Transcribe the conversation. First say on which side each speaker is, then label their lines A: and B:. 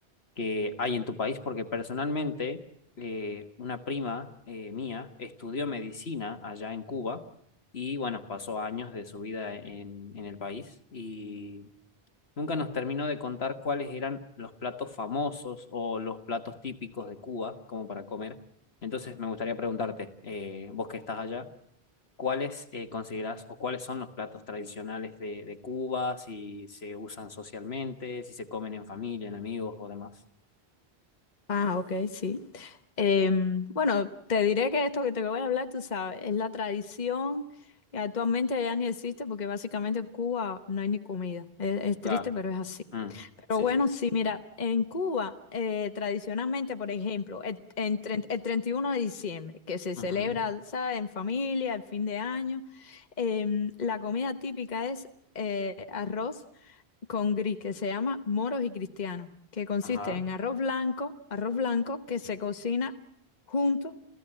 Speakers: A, on the left; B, on the left.
A: que hay en tu país. Porque personalmente, eh, una prima eh, mía estudió medicina allá en Cuba y bueno, pasó años de su vida en, en el país y nunca nos terminó de contar cuáles eran los platos famosos o los platos típicos de Cuba, como para comer. Entonces me gustaría preguntarte, eh, vos que estás allá, ¿cuáles eh, considerás o cuáles son los platos tradicionales de, de Cuba? Si se usan socialmente, si se comen en familia, en amigos o demás.
B: Ah, ok, sí. Em, bueno, te diré que esto que te voy a hablar, tú sabes, es la tradición que actualmente ya ni existe porque básicamente en Cuba no hay ni comida. Es, es
A: Claro,
B: triste, pero es así.
A: Mm,
B: Pero
A: sí,
B: bueno,
A: sí.
B: sí, mira, en Cuba eh, tradicionalmente, por ejemplo, el, en tren- el 31 de diciembre, que se celebra,
A: ujú,
B: ¿sabes?, en familia, el fin de año, em, la comida típica es eh, arroz con gris que se llama moros y cristianos, que consiste
A: Ajá.
B: en arroz blanco, arroz blanco que se cocina junto